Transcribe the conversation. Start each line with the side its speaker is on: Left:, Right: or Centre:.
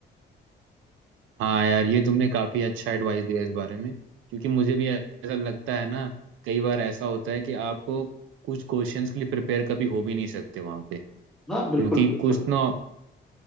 Right: हाँ यार ये तुमने काफी अच्छा एडवाइस दिया इस बारे में क्योंकि मुझे भी ऐसा लगता है ना कई बार ऐसा होता है कि आपको कुछ क्वेश्चंस के लिए प्रिपेयर कभी हो भी नहीं सकते वहां पे
Centre: हाँ
Right: क्योंकि
Centre: बिल्कुल बिल्कुल
Right: कुछ ना